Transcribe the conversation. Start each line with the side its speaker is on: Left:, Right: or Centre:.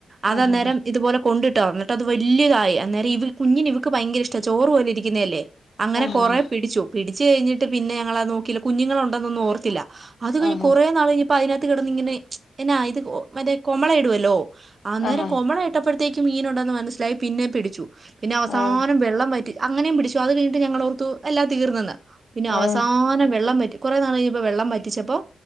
Right: അത്
Left: ആഹ്
Right: അന്നേരം
Left: ഹ
Right: ഇതുപോലെ കെണ്ട് ഇട്ടാആന് അത് വല്യയതായി അന്നേരം ഇ കുഞ്ഞിന് ഇവക്ക് ഭയങ്ക ഇഷ്ടാ ചോറ് പോലെ ഇരിക്കുന്നല്ലേ അങ്ങനെ
Left: ആഹ്
Right: കൊറ
Left: ഹ
Right: പിടിച്ചു പിടി വച്ച് കഴിഞ്ട്ട് പിന്നെ ഞങ്ങള നോക്കില്ല കുഞ്ഞുങ്ങളണ്ട് ണ്ടതെന്നും ഓർത്തില്ല അത് കഴിഞ്
Left: ആഹ്
Right: കുറേ നാള് കഴിഞ്ഞ് അപ്പോ അതിനകത്ത് കത്ത് കിടന്ന് ഇങ്ങനെ ഇത് നായത് <unintelligible> കൊമള ഇടുവല്ലോ അന്നേരം
Left: ആഹ് ആഹ്
Right: കൊമള ഇട്ടപ്പെഴ് ത്തേക്കും മീനുണ്ടെന്ന് മനസ്സിലായി പിന്നെ പിടിച്ചു പിന്നെ അവസാനം
Left: ഹാ
Right: വെള്ളം വ അങ്ങനെയും പിടിച്ചു അത് കഴിഞ്ഞിട്ട് ഞങ്ങളോർത്തു എല്ലാം തീർന്നെന്ന് പിന്നെ അവസാനം
Left: ആഹ്
Right: വെള്ളം പറ്റും കുറേ നാള് കഴിഞ്ഞപ്പോൾ വെള്ളം വറ്റിച്ചപ്പോ